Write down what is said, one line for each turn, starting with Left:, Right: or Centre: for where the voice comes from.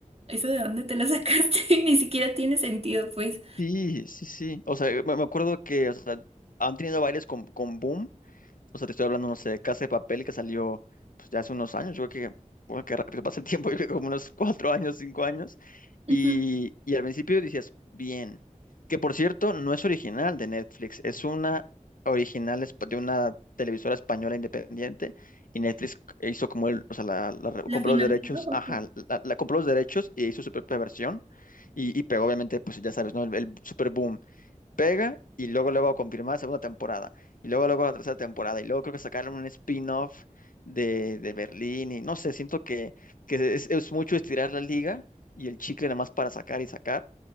Right: ¿eso de dónde te la sacaste? <laughs> Ni siquiera tiene sentido, pues.
Left: Sí, sí, sí. O sea, me me acuerdo que o sea, han tenido bailes con, con Boom O sea, te estoy hablando, no sé, de Casa de Papel que salió pues, ya hace unos años. Yo creo que, bueno, qué rápido <laughs> pasa el tiempo, <laughs> yo creo que como unos cuatro años, cinco años. Y,
Right: Ujú.
Left: y al principio decías, bien. Que por cierto, no es original de Netflix, es una original esp- de una televisora española independiente. Y Netflix hizo como el, o sea, la, la re-
Right: ¿La
Left: compró
Right: financió
Left: los derechos,
Right: o
Left: ajá,
Right: qué?
Left: la, la compró los derechos y hizo su propia versión. Y, y pegó, obviamente, pues ya sabes, ¿no? El, el super pega y luego luego confirmar la segunda temporada y luego luego la tercera temporada y luego creo que sacaron un spin-off de, de Berlín y no sé, siento que, que es, es mucho estirar la liga y el chicle nada más para sacar y sacar